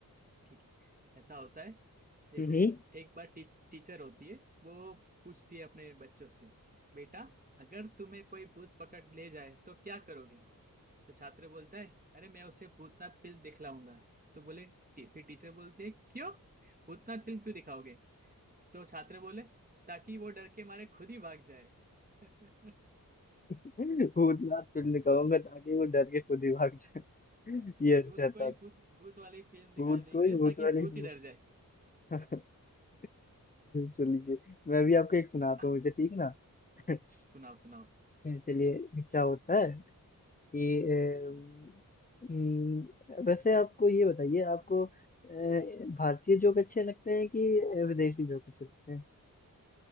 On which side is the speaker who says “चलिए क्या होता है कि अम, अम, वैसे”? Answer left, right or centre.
Left